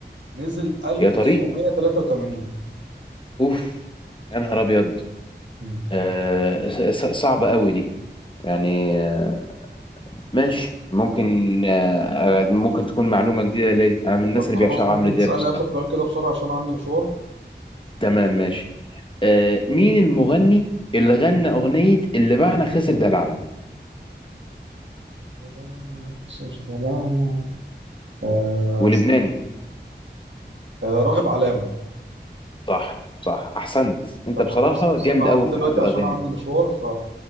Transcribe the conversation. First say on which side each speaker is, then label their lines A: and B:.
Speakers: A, on the right; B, on the left.
A: نزل 1983
B: يا طريق اوف يا نهار ابيض
A: مم.
B: آه، ص- ص- صعبة قوي دي يعني آه، ماشي ممكن آه، آه، ممكن تكون معلومة جديدة ليا انا من الناس
A: طب
B: اللي
A: خلاص
B: بيعشقوا
A: ممكن
B: عمرو دياب
A: تسألني
B: بصراحة
A: آخر سؤال كده بسرعة عشان عندي مشوار
B: تمام ماشي آه، مين المغني اللي غنى اغنية اللي باعنا خسر دلعنا
A: دلعنا خسر دلعنا آه
B: ولبناني
A: استنى آه راغب علامة
B: صح صح احسنت انت
A: طب
B: بصراحة
A: خلاص بص
B: جامد
A: أنا هقوم
B: قوي في
A: دلوقتي
B: حوار الاغاني
A: عشان عندي
B: ده
A: مشوار ف